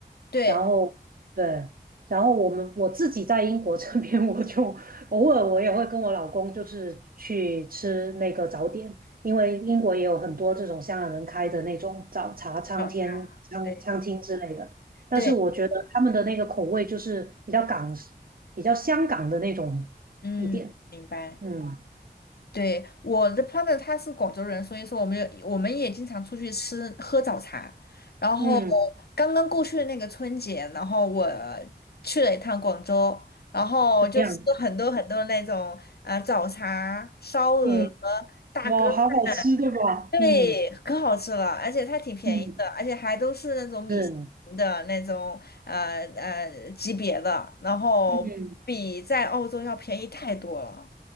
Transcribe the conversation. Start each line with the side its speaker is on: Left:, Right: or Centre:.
Left: 对，
Right: 然后对。然后我们我自己在英国这边，我就偶尔我也会跟我老公就是去吃那个早点，因为英国也有很多这种香港人开的那种早茶餐厅、
Left: 早茶，
Right: 餐餐厅之类的。
Left: 对
Right: 但是我觉得他们的那个口味就是比较港、
Left: 对，
Right: 比较香港的那种一点。
Left: 嗯，明白。
Right: 嗯
Left: 对，我的 partner 他是广州人，所以说我们有我们也经常出去吃喝早茶。然后
Right: 嗯，
Left: 刚刚过去的那个春节，然后我去了一趟广州，然后就吃了很多很多那种呃早茶、
Right: 怎么样？
Left: 烧鹅、
Right: 嗯，
Left: 大哥饭，
Right: 哇，好好吃，对吧？
Left: 对，
Right: 嗯
Left: 可好吃了，而且它挺便宜的，
Right: 嗯，
Left: 而且还都是那种米其林的那种呃呃级别的，
Right: 是
Left: 然后比在澳洲要便宜太多了。
Right: 嗯。